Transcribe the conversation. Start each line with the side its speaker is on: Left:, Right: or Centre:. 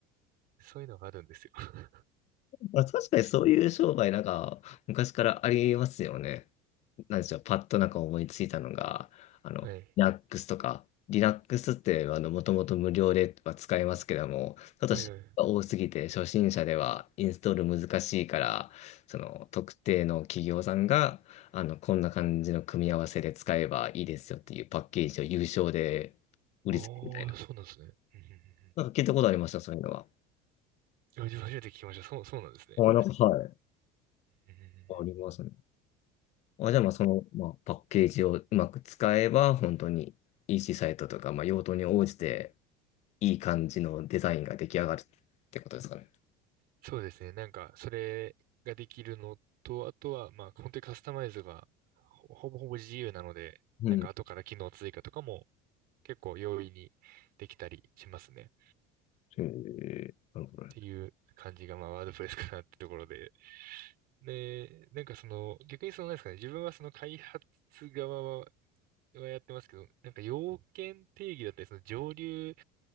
Right: そういうのがあるんですよ。<laughs>
Left: まあ、確かにそういう商売なんか昔からありますよね。なんでしょう、パッとなんか思いついたのが、あの、
Right: はい。
Left: Linux とか、Linux ってあの、もともと無料では使えますけども、ちょっと知識が多すぎて初心者ではインストール難しいから、
Right: はいはい。
Left: その特定の企業さんが、あの、こんな感じの組み合わせで使えばいいですよっていうパッケージを有償で売りつけるみたいな。
Right: ああ、そうなんですね。うんうんうんうん
Left: なんか聞いたことありました、そういうのは。
Right: いや初めて聞きました。そう、そうなんですね。
Left: あ、なんか、はい。
Right: うんうんうんうん
Left: ありますね。あ、じゃあ、まあ、その、まあ、パッケージをうまく使えば、本当に EC サイトとか、まあ、用途に応じて、いい感じのデザインが出来上がるってことですかね。
Right: そうですね。なんか、それができるのと、あとは、まあ、本当にカスタマイズがほほぼほぼ自由なので、
Left: うん。
Right: なんか後から機能追加とかも結構容易にできたりしますね。っ
Left: へえ、なるほどね。
Right: ていう感じが、まあ、ワードプレスかなってところで。で、なんかその、逆にその、なんですかね、自分はその開発側はやってますけど、なんか要件定義だったり、その上流